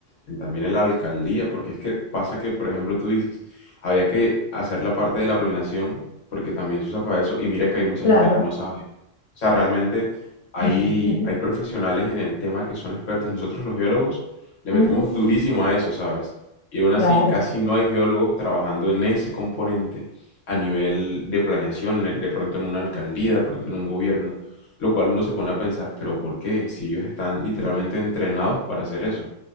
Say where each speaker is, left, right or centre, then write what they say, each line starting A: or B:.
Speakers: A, on the left; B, on the left.
A: en también en la alcaldía, porque es que pasa que, por ejemplo, tú dices, había que hacer la parte de la planeación porque también se usa para eso y mira que hay mucha
B: Claro.
A: gente que no sabe. O sea, realmente hay,
B: <laughs>
A: hay profesionales en el tema que son expertos, nosotros los biólogos le
B: Ujú,
A: metemos durísimo a eso, ¿sabes? Y aún así
B: Claro,
A: casi no hay geólogos trabajando en ese componente a nivel de planeación, en- de pronto en una alcaldía, de pronto en un gobierno, lo cual uno se pone a pensar, pero ¿por qué? Si ellos están literalmente entrenados para hacer eso.